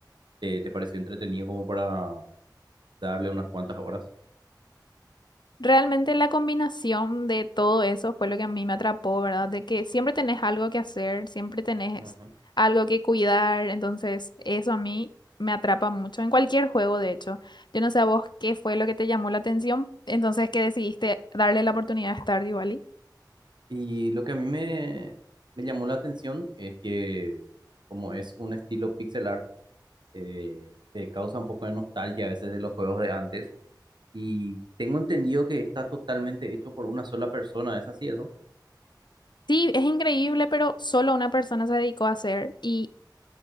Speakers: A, on the right; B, on the left.
A: te, te pareció entretenido como para darle unas cuantas horas.
B: Realmente la combinación de todo eso fue lo que a mí me atrapó, ¿verdad? De que siempre tenés algo que hacer, siempre tenés
A: Ujú.
B: algo que cuidar, entonces eso a mí me atrapa mucho en cualquier juego, de hecho. Yo no sé a vos qué fue lo que te llamó la atención, entonces que decidiste darle la oportunidad a Stardew Valley.
A: Y lo que a mí me, me llamó la atención es que como es un estilo pixel art, eh, te causa un poco de nostalgia a veces de los juegos de antes Y tengo entendido que está totalmente hecho por una sola persona, ¿es así eso?
B: Sí, es increíble, pero solo una persona se dedicó a hacer y